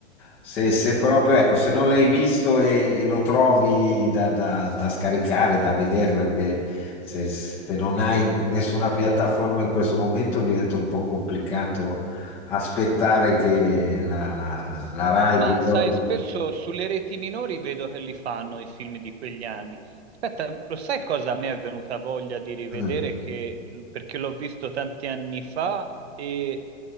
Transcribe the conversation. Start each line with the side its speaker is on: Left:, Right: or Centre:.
Centre: Se, se proprio, ecco, se non l'hai visto e, e lo trovi da, da- da scaricare, da vedere, perché se, se non hai nessuna piattaforma in questo momento diventa un po' complicato aspettare che la, la, la Rai
Right: Ma
Centre: piuttosto
Right: sai,
Centre: che...
Right: spesso sulle reti minori vedo che li fanno i film di quegli anni. Aspetta, lo sai cosa a me è venuta voglia di rivedere?
Centre: Mm.
Right: Che, perché l'ho visto tanti anni fa e